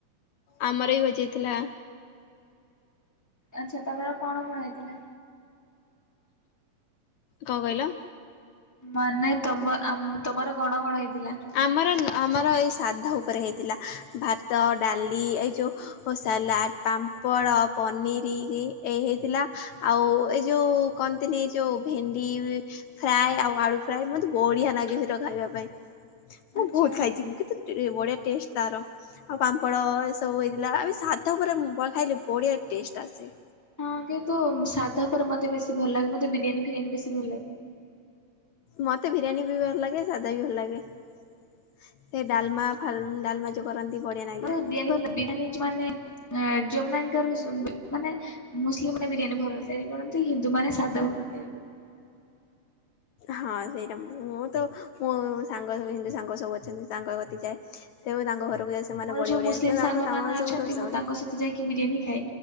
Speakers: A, on the left; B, in the centre.
A: ଆମର ବି ଭୋଜିହେଇଥିଲା।
B: ଆଚ୍ଛା ତମର କଣ କଣ ହେଇଥିଲା?
A: କଣ କହିଲ।
B: ମାନେ ତମ ଆ ତମର କଣ କଣ ହେଇଥିଲା?
A: ଆମର ନ ଆମର ଏଇ ଶ୍ରାଦ୍ଧ ଉପରେ ହେଇଥିଲା ଭାତ ଡାଲି ଏଇ ଯେଉଁ ଓ ସାଲାଡ଼ ପାମ୍ପଡ଼ ପନିରିରି ଏଇ ହେଇଥିଲା ଆଉ ଏ ଯୋଉ କନ୍ତିନି ଯୋଉ ଭେଣ୍ଡି ଫ୍ରାଏ ଆଉ ଆଳୁ ଫ୍ରାଏ ମତେ ବଢିଆ ଲାଗେ ସେଇଟା ଖାଇବା ପାଇଁ। ମୁଁ
B: ଆଚ୍ଛା।
A: ବହୁତୁ ଖାଇଛି କିତେ ବଢିଆ ଟେଷ୍ଟ ତାର। ଆଉ ପାମ୍ପଡ଼ ଏ ସବୁ ହେଇଥିଲା ଏବେ ସାଧା ଉପରେ ମୁଁ ଖାଇଲେ ବଢିଆ ଟେଷ୍ଟ ଆସେ।
B: ହଁ କିନ୍ତୁ ସାଧା ଉପରେ ମତେ ବେସି ଭଲ ଲାଗେ ମତେ ବିରିୟାନୀ ଫିରିୟାନୀ ବେଶୀ ଭଲ ଲାଗେ।
A: ମତେ ବିରିୟାନୀ ବି ଭଲ ଲାଗେ ସାଧା ବି ଭଲ ଲାଗେ ସେ ଡାଲମା ଫା ଡାଲମା ଯୋଉ କରନ୍ତି ବଢିଆ
B: <unintelligible>
A: ଲାଗେ
B: ମାନେ ମୁସିଲିମ୍ ମାନେ ବିରିୟାନୀ ଭଲ ତିଆରି କରନ୍ତି ହିନ୍ଦୁ ମାନେ ସାଧା ଭଲ ତିଆରି କରନ୍ତି।
A: ହଁ ସେଇଟା ମୁଁ ତ ମୋ ସାଙ୍ଗ ସବୁ ହିନ୍ଦୁ ସାଙ୍ଗ ସବୁ ଅଛନ୍ତି ତାକ କତିକି ଯାଏ। ସେଏବି ତାଙ୍କ ଘରକୁ ଯାଇ ସେମାନେ
B: ମୋର
A: ବଢିଆ
B: ଯୋଉ
A: ବଢିଆ
B: ମୁସଲିମ
A: ତାଙ୍କ
B: ସାଙ୍ଗ
A: ତ
B: ମାନେ ଅଛନ୍ତି
A: ସବୁ ରା
B: ମୁଁ
A: ବ <unintelligible>
B: ତାଙ୍କ ସହିତ ଯାଇକି ବିରିୟାନ ଖାଏ